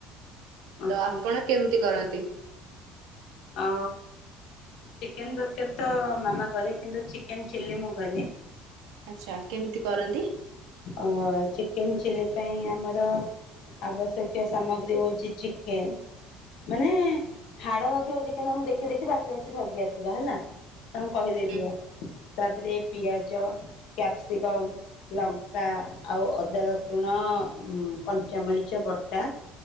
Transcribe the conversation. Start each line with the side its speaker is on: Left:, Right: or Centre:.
Left: ଆଚ୍ଛା
Right: ତ ଆପଣ କେମିତି କରନ୍ତି?
Left: ଅ ଚିକେନ୍ ତରକାରୀ ତ ମାମା କରେ କିନ୍ତୁ ଚିକେନ୍ ଚିଲ୍ଲି ମୁଁ କରେ।
Right: ଆଚ୍ଛା କେମିତି କରନ୍ତି?
Left: ଅ ଚିକେନ୍ ଚିଲ୍ଲି ପାଇଁ ଆମର ଆବଶ୍ୟକୀୟ ସାମଗ୍ରୀ ହଉଚି ଚିକେନ୍। ମାନେ ହାଡ ନଥିବ ଚିକେନ୍ ଆମେ ଦେଖି ଦେଖି ବାଛି ବାଛି ଧରିକି ଆସି ଯା ହେଲା ତାଙ୍କୁ କହିଦେଇଥିବା।
Right: ହୁଁ
Left: ତାପରେ ପିଆଜ, କ୍ୟାପ୍ସିକମ୍, ଲ ଙ୍କା ଆଉ ଅଦା, ରସୁଣ, କଞ୍ଚାମରିଚ ବଟା।